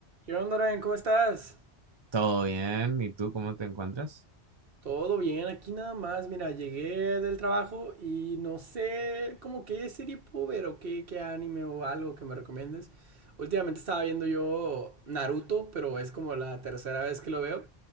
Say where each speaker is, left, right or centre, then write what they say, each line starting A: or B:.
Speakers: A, on the right; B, on the right.
A: ¿Qué onda, Ryan? ¿Cómo estás?
B: Todo bien. ¿Y tú cómo te encuentras?
A: Todo bien, aquí nada más. Mira, llegué del trabajo y no sé como qué serie puedo ver o qué, qué anime o algo que me recomiendes. Últimamente estaba viendo yo Naruto, pero es como la tercera vez que lo veo.